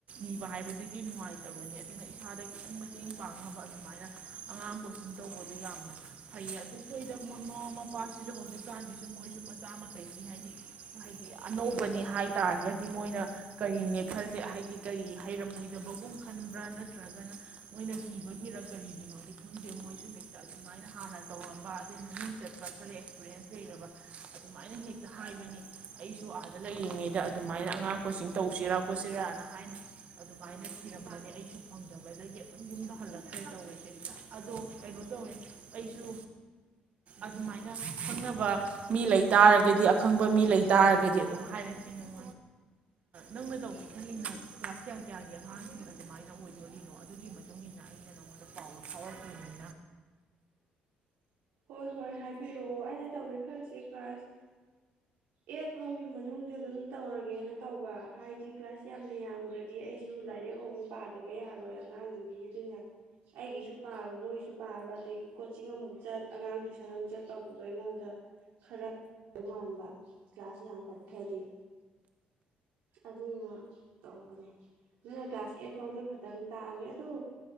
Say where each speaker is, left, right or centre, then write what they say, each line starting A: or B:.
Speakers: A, on the right (about 45°); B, on the right (about 85°).
A: ꯅꯤꯕ ꯍꯥꯏꯕꯗꯨꯗꯤ ꯅꯨꯡꯉꯥꯏꯇꯕꯅꯤ ꯑꯗꯨꯅ ꯏꯁꯥꯗ ꯈꯤꯇꯪ ꯃꯇꯦꯡ ꯄꯥꯡꯅꯕ ꯑꯗꯨꯃꯥꯏꯅ ꯑꯉꯥꯡ ꯀꯣꯆꯤꯡ ꯇꯧꯕꯗꯨ ꯌꯥꯝꯅ ꯐꯩꯌꯦ ꯑꯗꯨ ꯑꯩꯣꯏꯗ ꯃꯃꯥ ꯃꯄꯥꯁꯤꯁꯨ ꯍꯧꯖꯤꯛꯀꯥꯟꯁ ꯃꯣꯏꯁꯨ ꯃꯆꯥ ꯃꯈꯩꯁꯤ ꯍꯥꯏꯗꯤ ꯍꯥꯏꯗꯤ ꯑꯅꯧꯕꯅꯤ ꯍꯥꯏꯇꯥꯥꯔꯒꯗꯤ ꯃꯣꯏꯅ ꯀꯔꯤꯅꯦ ꯈꯜꯜꯂꯤꯦ ꯍꯥꯏꯗꯤ ꯀꯔꯤ ꯍꯥꯏꯔꯝꯃꯣꯏꯗꯕꯒꯨꯝ ꯈꯟꯕ꯭ꯔꯥ ꯅꯠꯇ꯭ꯔꯒꯅ ꯃꯣꯏꯅ ꯀꯤꯕꯒꯤꯔ ꯀꯔꯤꯒꯤꯅꯣꯗꯤ ꯈꯪꯗꯦ ꯃꯣꯏꯁꯨ ꯑꯗꯨꯃꯥꯏꯅ ꯍꯥꯟꯅ ꯇꯧꯔꯝꯕ ꯑꯗꯨꯗꯩ ꯃꯃꯤꯡ ꯆꯠꯄ ꯈꯔ ꯑꯦꯛꯁꯄꯔꯤꯌꯦꯟꯁ ꯂꯩꯔꯕ ꯑꯗꯨꯃꯥꯏꯅ ꯍꯦꯛꯇ ꯍꯥꯏꯕꯅꯤ ꯑꯩꯁꯨ ꯑꯥꯗ ꯂꯩꯔꯤꯉꯩꯗ ꯑꯗꯨꯃꯥꯏꯅ ꯑꯉꯥꯡ ꯀꯣꯆꯤꯡ ꯇꯧꯁꯤꯔꯥ ꯈꯣꯠꯁꯤꯔꯅ ꯍꯥꯏꯅꯩ ꯑꯗꯨꯃꯥꯏꯅ ꯊꯤꯔꯝ ꯃꯥꯜꯅꯤ ꯑꯩꯁꯨ ꯐꯪꯗꯕꯗꯒꯤ ꯑꯗꯨꯝ ꯌꯨꯝꯗ ꯍꯜꯂꯛꯛꯇ꯭ꯔꯦ ꯇꯧꯋꯁꯦ ꯑꯗꯣ ꯀꯩꯅꯣ ꯇꯧꯋꯦ ꯑꯩꯁꯨ ꯑꯗꯨꯃꯥꯏꯅ ꯈꯪꯅꯕ ꯃꯤ ꯂꯩ ꯇꯥꯔꯒꯗꯤ ꯑꯈꯪꯕ ꯃꯤ ꯂꯩ ꯇꯥꯔꯒꯗꯤ ꯑꯗꯨꯝ ꯍꯥꯏꯔꯛꯀꯦ ꯣꯟꯪ ꯅꯪꯅ ꯇꯧꯒꯦ ꯈꯪꯉꯅ ꯀ꯭ꯂꯥꯁ ꯀꯌꯥ ꯀꯌꯥꯒꯤ ꯑꯉꯥꯡꯁꯤꯡ ꯑꯗꯨꯃꯥꯏꯅ ꯑꯣꯏꯗꯣꯔꯤꯅꯣ ꯑꯗꯨꯒꯤ ꯃꯇꯨꯡ ꯏꯟꯅ <unintelligible>
B: ꯍꯣꯏ ꯍꯣꯏ ꯍꯥꯏꯕꯤꯔꯛꯑꯣ ꯑꯩꯅ ꯇꯧꯒꯦ ꯈꯜꯁꯦ ꯀ꯭ꯂꯥꯁ ꯑꯩꯠ ꯐꯥꯎꯒꯤ ꯃꯅꯨꯡꯗ ꯑꯗꯨꯝ ꯇꯧꯔꯒꯦꯅ ꯇꯧꯕ ꯍꯥꯏꯗꯤ ꯀ꯭ꯂꯥꯁ ꯌꯥꯝꯅ ꯌꯥꯝꯈ꯭ꯔꯗꯤ ꯑꯩꯁꯨ ꯑꯗꯨꯨ ꯂꯥꯏꯔꯤꯛ ꯑꯍꯨꯛ ꯄꯥꯗꯕ ꯌꯥꯔꯣꯏ ꯑꯉꯥꯡꯗꯨꯒꯤ ꯑꯗꯨꯅ ꯑꯩꯒꯤꯁꯨ ꯄꯥꯕ ꯃꯣꯏꯁꯨ ꯄꯥꯕ ꯑꯗꯒꯤ ꯀꯣꯆꯤꯡ ꯑꯃꯨꯛ ꯆꯠ ꯑꯉꯥꯡ ꯇ ꯁ ꯃꯨꯆꯠ ꯇꯧꯕꯗꯣ ꯑꯩꯉꯣꯟꯗ ꯈꯔ <inaudible> ꯃꯥꯟꯕ ꯀ꯭ꯂꯥꯁ ꯌꯥꯝꯈꯠꯈ꯭ꯔꯗꯤ ꯑꯗꯨꯅ ꯇꯧꯕꯅꯦ ꯅꯪꯅ ꯀ꯭ꯂꯥꯁ ꯑꯦꯠ ꯐꯥꯎꯗ ꯈꯛꯇꯪ ꯇꯥꯛꯑꯒꯦ ꯑꯗꯨ